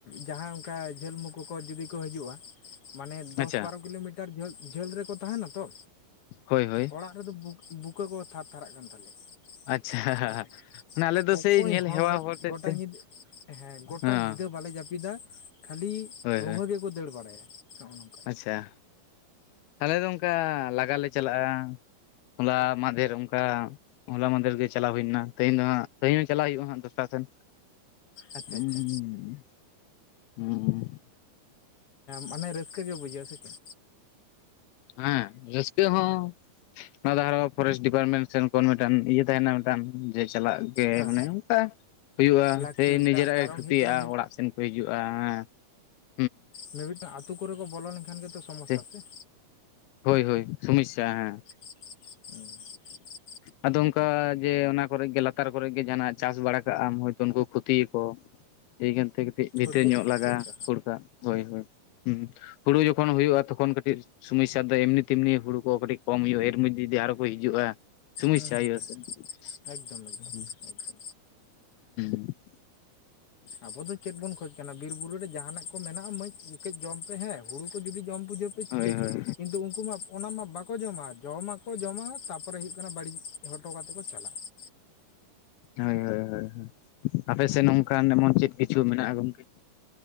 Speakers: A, on the left; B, on the left.
A: ᱡᱟᱦᱟᱸᱭ ᱚᱱᱠᱟ ᱡᱷᱟᱹᱞ ᱢᱩ ᱠᱚᱠᱚ ᱡᱩᱫᱤ ᱠᱚ ᱦᱤᱡᱩᱜᱼᱟ᱾ ᱢᱟᱱᱮ ᱫᱚᱥ
B: ᱟᱪᱪᱷᱟ
A: ᱵᱟᱨᱚ ᱠᱤᱞᱳᱢᱤᱴᱟᱨ ᱡᱷᱟᱹᱞ ᱡᱷᱟᱹᱞ ᱨᱮᱠᱚ ᱛᱟᱦᱮᱱᱟ ᱛᱚ᱾
B: ᱦᱳᱭ ᱦᱳᱭ ᱾
A: ᱚᱲᱟᱜ ᱨᱮᱫᱚ ᱵᱩᱠ, ᱵᱩᱠᱟᱹ ᱠᱚ ᱛᱷᱟᱨ ᱛᱷᱟᱨᱟᱜ ᱠᱟᱱ ᱛᱟᱞᱮᱭᱟ
B: ᱟᱪᱪᱷᱟ
A: ᱾ ᱮᱸ,
B: ᱢᱟᱱᱮ ᱟᱞᱮ ᱫᱚ
A: ᱚᱠᱚᱭ
B: ᱥᱮᱭ ᱧᱮᱞ
A: ᱦᱚᱸ
B: ᱦᱮᱣᱟ
A: ᱜᱚᱴ,
B: ᱦᱚᱲ ᱛᱮᱫ
A: ᱜᱚᱴᱟ
B: ᱛᱮ
A: ᱧᱤᱫᱟᱹ ᱦᱮᱸ, ᱜᱚᱴᱟ
B: ᱦᱚᱸ
A: ᱧᱤᱫᱟᱹ ᱵᱟᱞᱮ ᱡᱟᱹᱯᱤᱫᱟ ᱠᱷᱟᱹᱞᱤ
B: ᱦᱳᱭ
A: ᱟᱹᱣᱷᱟᱹ
B: ᱦᱳᱭ
A: ᱜᱮ ᱠᱚ ᱫᱟᱹᱲ ᱵᱟᱲᱟᱭᱟ, ᱱᱚᱜᱼᱚᱭ ᱱᱚᱝᱠᱟ ᱾
B: ᱟᱪᱪᱷᱟ ᱾ ᱟᱞᱮ ᱫᱚ ᱚᱱᱠᱟ ᱞᱟᱜᱟ ᱞᱮ ᱪᱟᱞᱟᱜᱼᱟ ᱾ ᱦᱚᱞᱟ ᱢᱟᱫᱷᱮᱨ ᱚᱱᱠᱟ ᱦᱚᱞᱟ ᱢᱟᱦᱫᱮᱨ ᱜᱮ ᱪᱟᱞᱟᱣ ᱦᱩᱭ ᱞᱮᱱᱟ᱾ ᱛᱮᱦᱤᱧ ᱫᱚ ᱦᱟᱸᱜ, ᱛᱮᱦᱤᱧ ᱪᱟᱞᱟᱜ ᱦᱩᱭᱩᱜᱼᱟ ᱦᱟᱸᱜ ᱫᱚᱥᱴᱟᱨ ᱥᱮᱱ
A: ᱟᱪᱪᱷᱟ
B: ᱦᱩᱸ,
A: ᱟᱪᱪᱷᱟ
B: ᱦᱮᱸ ᱾
A: ᱢᱟᱱᱮ ᱨᱟᱹᱥᱠᱟᱹ ᱜᱮ ᱵᱩᱡᱷᱟᱹᱜᱼᱟ ᱥᱮ ᱪᱮᱫ?
B: ᱦᱮᱸ, ᱨᱟᱹᱥᱠᱟᱹ ᱦᱚᱸ ᱚᱱᱟ ᱫᱚ ᱟᱨᱚ ᱯᱷᱚᱨᱮᱥᱴ ᱰᱤᱯᱟᱨᱢᱮᱱᱴ ᱥᱮᱱ ᱠᱷᱚᱱ ᱢᱤᱫᱴᱟᱱ ᱤᱭᱟᱹ ᱛᱟᱦᱮᱱᱟ, ᱢᱤᱫᱴᱟᱱ ᱡᱮ ᱪᱟᱞᱟᱜ ᱜᱮ,
A: ᱦᱮᱸ
B: ᱢᱟᱱᱮ ᱚᱱᱠᱟ ᱦᱩᱭᱩᱜᱼᱟ
A: ᱞᱟᱹᱠᱛᱤ
B: ᱥᱮ ᱱᱤᱡᱮᱨᱟᱜ
A: ᱠᱟᱨᱚᱱ
B: ᱜᱮ ᱠᱷᱚᱛᱤᱜᱼᱟ,
A: ᱦᱩᱭᱩᱜ ᱠᱟᱱᱟ
B: ᱚᱲᱟᱜ ᱥᱮᱱ ᱠᱚ ᱦᱤᱡᱩᱜᱼᱟ, ᱦᱮᱸ ᱾
A: ᱢᱤᱢᱤᱫ ᱴᱟᱝ ᱟᱹᱛᱩ ᱠᱚᱨᱮ ᱠᱚ ᱵᱚᱞᱚ ᱞᱮᱱᱠᱷᱟᱱ ᱜᱮᱛᱚ ᱥᱚᱢᱚᱥᱥᱟ
B: ᱦᱩᱸ
A: ᱥᱮ ᱾
B: ᱦᱳᱭ ᱦᱳᱭ, ᱥᱚᱢᱚᱥᱥᱟ ᱦᱮᱸ ᱾
A: ᱦᱮᱸ ᱾
B: ᱟᱫᱚ ᱚᱱᱠᱟ ᱡᱮ ᱚᱱᱟ ᱠᱚᱨᱮ ᱜᱮ ᱞᱟᱛᱟᱨ ᱠᱚᱨᱮ ᱜᱮ ᱡᱟᱦᱟᱸ ᱱᱟᱜ ᱪᱟᱥ ᱵᱟᱲᱟ ᱠᱟᱜ ᱟᱢ, ᱦᱚᱭᱛᱚ ᱩᱱᱠᱩ ᱠᱷᱚᱛᱤᱭᱟᱠᱚ ᱾ ᱮᱭ ᱠᱟᱨᱚᱱ ᱛᱮ ᱠᱟᱹᱴᱤᱡ ᱵᱷᱤᱛᱨᱤ
A: ᱠᱷᱚᱛᱤᱭᱟᱠᱚ
B: ᱧᱚᱜ ᱞᱟᱜᱟ
A: ᱠᱷᱚᱛᱤᱭᱟᱠᱚ
B: ᱠᱷᱟᱹᱲ ᱠᱟᱜ, ᱦᱳᱭ ᱦᱳᱭ, ᱦᱩᱸ ᱾ ᱦᱩᱲᱩ ᱡᱚᱠᱷᱚᱱ ᱦᱩᱭᱩᱜᱼᱟ, ᱛᱚᱠᱷᱚᱱ ᱠᱟᱹᱴᱤᱡ ᱥᱚᱢᱥ ᱥᱟ ᱱᱮᱛᱟᱨ ᱫᱚ ᱮᱢᱱᱤ ᱛᱮᱢᱱᱤ ᱦᱩᱲᱩ ᱠᱚ ᱠᱟᱹᱴᱤᱡ ᱠᱚᱢ ᱦᱩᱭᱩᱜᱼᱟ, ᱮᱨ ᱢᱚᱫᱷᱮ ᱡᱩᱫᱤ ᱟᱨᱚ ᱠᱚ ᱦᱤᱡᱩᱜᱼᱟ ᱥᱚᱢᱚᱥᱟ
A: ᱦᱩᱸ ᱦᱩᱸ ᱦᱩᱸ
B: ᱦᱩᱭᱩᱜ-ᱟ ᱥᱮ ᱾
A: ᱮᱠᱫᱚᱢ ᱮᱠᱫᱚᱢ
B: ᱦᱩᱸ
A: ᱮᱠᱫᱚᱢ
B: ᱾
A: ᱟᱵᱚ ᱫᱚ ᱪᱮᱫ ᱵᱚᱱ ᱠᱷᱚᱡ ᱠᱟᱱᱟ, ᱵᱤᱨ ᱵᱩᱨᱩ ᱨᱮ ᱡᱟᱦᱟᱱᱟᱜ ᱠᱚ ᱢᱮᱱᱟᱜᱼᱟ ᱠᱟᱹᱡ ᱡᱚᱢ ᱯᱮ ᱦᱮᱸ, ᱦᱩᱲᱩ ᱠᱚ ᱡᱩᱫᱤ ᱡᱚᱢ ᱵᱩᱡᱷᱟᱹᱣ ᱯᱮ ᱴᱷᱤᱠ
B: ᱦᱳᱭ ᱦᱳᱭ
A: ᱜᱮᱭᱟ ᱾ ᱠᱤᱱᱛᱩ ᱩᱱᱠᱩ ᱢᱟ ᱚᱱᱟ ᱢᱟ ᱵᱟᱠᱚ ᱡᱚᱢᱟ ᱡᱚᱢᱟᱜ ᱠᱚ ᱡᱚᱢᱟ, ᱛᱟᱯᱚᱨᱮ ᱦᱩᱭᱩᱜ ᱠᱟᱱᱟ ᱵᱟᱹᱲᱤᱡ ᱦᱚᱴᱚ ᱠᱟᱛᱮ ᱠᱚ ᱪᱟᱞᱟᱜᱼᱟ ᱾
B: ᱦᱳᱭ ᱦᱳᱭ, ᱦᱮᱸ ᱦᱮᱸ ᱾ ᱟᱯᱮ ᱥᱮᱫ ᱱᱚᱝᱠᱟᱱ ᱮᱢᱚᱱ ᱪᱮᱫ ᱠᱤᱪᱷᱩ ᱢᱮᱱᱟᱜᱼᱟ? ᱜᱚᱝᱠᱮ ᱾